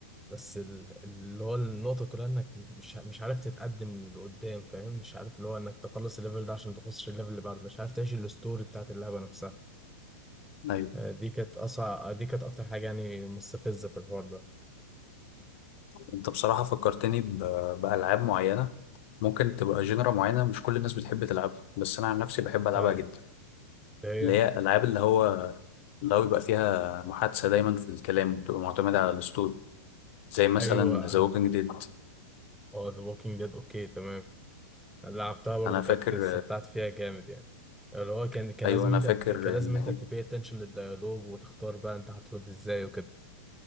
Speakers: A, in the centre; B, on the left.
A: بس ال- اللي هو النقطة كلها انك مش مش مش عارف تتقدم لقدام فاهم مش عارف اللي هو انك تخلص الليفل ده عشان تخش الليفل اللي بعده مش عارف تعيش الستوري بتاعت اللعبة نفسها
B: ايوه
A: آه، دي كانت اصعب دي كانت اكتر حاجة يعني مستفزة في الحوار ده
B: انت بصراحه فكرتني ب- بالعاب معينه ممكن تبقى جينرا معينه مش كل الناس بتحب تلعبها بس انا عن نفسي بحب العبها
A: فعلا
B: جدا
A: هي
B: اللي هي العاب اللي هو اللي هو بيبقى فيها محادثه دايما في الكلام بتبقى معتمده على الاسطوري زي مثلا
A: ايوه
B: ذا ووكينج ديد
A: اه ذا ووكينج ديد اوكي تمام لعبتها برضو
B: انا فاكر
A: كانت استمتعت فيها جامد يعني اللي هو كان كان
B: ايوه
A: لازم
B: انا
A: انت
B: فاكر
A: كان لازم
B: ان
A: انت تبي اتنشن للديالوج وتختار بقى انت هترد ازاي وكده